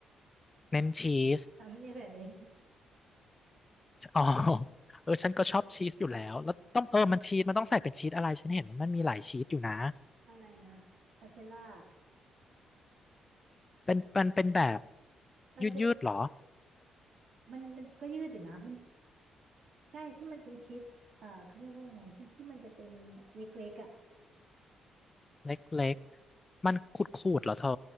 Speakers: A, on the left (about 30°); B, on the right (about 60°).
A: เน้นชีส
B: อันนี้แหละเน้น
A: อ๋อเออฉันก็ชอบชีสอยู่แล้วแล้วต้องเออมันชีสมันต้องใส่เป็นชีสอะไรฉันเห็นว่ามันมีหลายชีสอยู่นะ
B: อะไรนะพาเซล่า
A: เป็นเป็นเป็นแบบ
B: มันจะ
A: ยืดยืดหรอ
B: มันมันก็ยืดอยู่นะมันใช่ที่มันเป็นชีสเอ่อเขาเรียกว่ายังไงที่ที่มันจะเป็นเล็กๆอ่ะ
A: เล็กๆมันขูดขูดเหรอเธอ